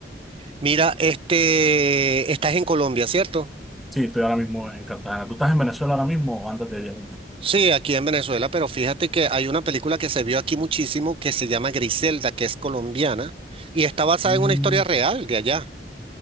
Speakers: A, on the right; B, in the centre.
A: Mira, este, estás en Colombia, ¿cierto?
B: Sí, estoy ahora mismo en Cartagena. ¿Tú estás en Venezuela ahora mismo o antes de viajar?
A: Sí, aquí en Venezuela, pero fíjate que hay una película que se vio aquí muchísimo que se llama Griselda, que es colombiana y está basada
B: Mm,
A: en una historia real de allá.